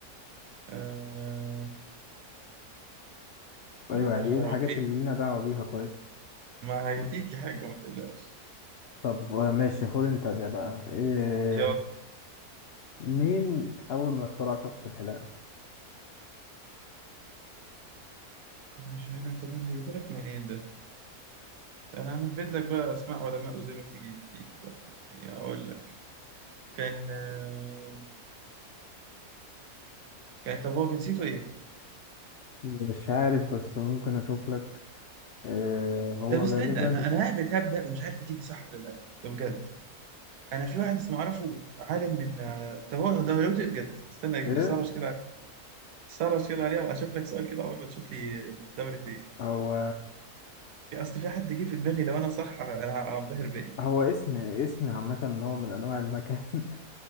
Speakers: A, on the right; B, on the left.
A: أه...
B: ايوه
A: مالناش
B: يعني
A: دعوة
B: ايه الحاجات
A: بيها
B: اللي لنا دعوة بيها طيب
A: ما هتيجي حاجة ما تقلقش
B: طب آه، ماشي خد انت ده بقى إيه
A: يلا
B: مين اول ما اخترع شفرة الحلاقة
A: مش أنا تمام هجيبهولك منين ده أنا هنبت لك بقى أسماء علماء وزي ما تيجي تيجي بقى يعني أقول لك كان أه... كان طب هو جنسيته إيه؟
B: مش عارف بس ممكن اشوف لك آه هو
A: طب استنى
B: غالبا
A: أنا أنا هبت هبدأ ومش عارف هتيجي صح ولا لأ ده بجد انا في واحد اسمه اعرفه عالم من آه، طب هو دولته ايه بجد استنى
B: ايه
A: سرش كده عليه سرش كده عليها واشوف لك سؤال كده اول ما تشوف لي من دولة ايه
B: هو
A: اصل في حد جه في دماغي لو انا صح انا ه- هنبهر بيا
B: هو اسم اسم عامة نوع من انواع المكان <laughs>